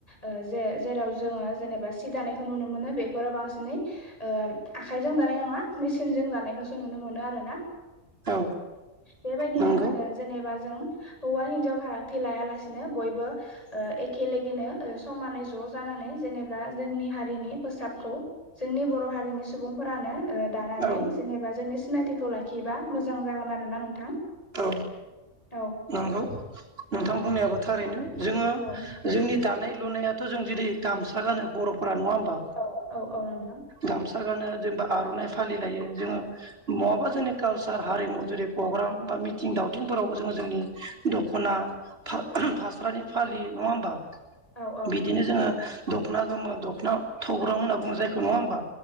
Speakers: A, on the left; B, on the right.
A: ओ जे जेराव जोङो जेनेबा सि दानायखौ नुनो मोनो। मोनो बेफोराव बांसिनै ओ आखाइजों दानाय नङा मेसिनजों दानायखौसो नुनो मोनो आरोना
B: औ
A: बेबायदिनो
B: नंगौ
A: ओ जेनेबा जों हौवा हिन्जाव फारागथि लायालासे नो बयबो ओ एखेलेगेनो समानै ज' जानानै जेनेबा जोंनि हारिनि फोसाबखौ जोंनि बर' हारिनि सुबुंफोरानो ओ दानानै
B: औ
A: जेनेबा जोंनि सिनायथिखौ लाखियोबा मोजां जागोन आरो ना नोंथां
B: औ
A: औ
B: नंगौ नोंथां
A: औ
B: बुंनायाबो थारैनो जोङो
A: औ
B: जोंनि दानाय लुनायाथ' जों जुदि गामसा गानो बर'फोरा नंङा होमबा
A: औ औ औ नोंथां
B: गामसा गानो जेनेबा आर'नाइ फालि लायो जोंङो बहाबा जोंनि कालसार हारिमु जुदि प्रग्राम बा मिथिं दावथिंफोरावबो जोंङो जोंनि दख'ना फा-फास्रानि फालि नङा होमबा?
A: औ औ
B: बिदिनो जोङो दख'ना गोमो दख'ना थग्रं होनना बुङो जायखौ नङा होमबा?